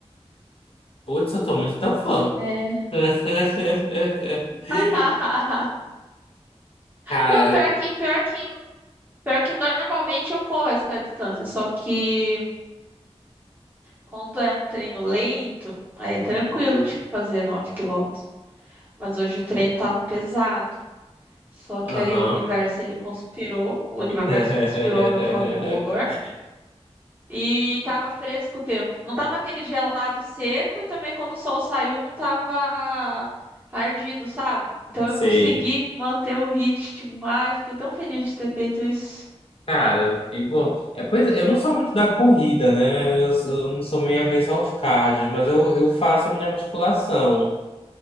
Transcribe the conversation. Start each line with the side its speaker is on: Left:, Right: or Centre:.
Left: Putz, eu tô muito teu fã.
Right: É.
Left: <laughs>
Right: <laughs>
Left: Cara,
Right: Não,
Left: é,
Right: pior que, pior que, pior que normalmente eu corro essa distância, só que quando é um treino lento, aí é tranquilo de fazer 9 quilômetros. Mas hoje o treino tava pesado. Só que
Left: aham.
Right: aí o universo ele conspirou, o universo
Left: <laughs>
Right: conspirou a meu favor E tava fresco o tempo. Não tava aquele gelado seco e também quando o sol saiu não tava ardido, sabe? Então
Left: Sei.
Right: eu consegui manter o ritmo. Ai, fiquei tão feliz de ter feito isso.
Left: Cara, que bom. É, pois é, eu não sou muito da corrida, né? Eu, sou- eu não sou meio avesso aos cardio, mas eu, eu faço a minha musculação.